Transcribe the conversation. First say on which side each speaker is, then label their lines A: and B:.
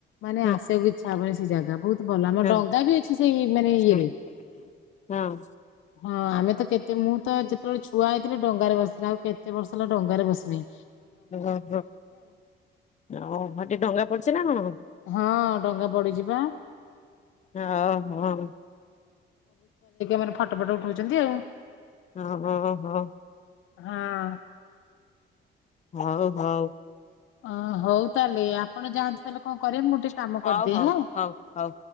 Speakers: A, on the left; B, on the left.
A: ମାନେ
B: ହଁ
A: ଆସିଆକୁ ଇ ସବୁବେଳେ ସେ ଜାଗା ବହୁତ ଭଲ ଆମର
B: ହଁ
A: ଡଙ୍ଗା ବି ଅଛି ସେଇ ମାନେ ଇଏରେ
B: ହଁ ହଁ
A: ହଁ ଆମେ ତ କେତେ ମୁଁ ତ ଯେତବଳେ ଛୁଆ ହେଇଥିଲି ଡଙ୍ଗାରେ ବସିି ଆଉ କେତ ବର୍ଷ ହେଲା ଡଙ୍ଗାରେ ବସିନେଇ
B: ଓ ହୋ ଆଉ ହେଠି ଡ଼ଙ୍ଗା ପଡିଛି ନା କଣ?
A: ହଁ ଡଙ୍ଗା ପଡିଛି ବା
B: ଓ ହୋ
A: ମାନେ ଫଟୋ ଫଟ ଉଠଉଛନ୍ତି ଆଉ।
B: ହୁଁ ହୁଁ ହଁ।
A: ହଁ।
B: ହଉ ହଉ।
A: ଅଁ ହଉ ତାହେଲେ ଆ ଆପଣ ଯାଆନ୍ତୁ ତାହେଲେ କଣ କରିବେ ମୁଁ ଟିକେ କାମ
B: ହଉ
A: କରିଦିଏ ହେଲା।
B: ହଉ ହଉ।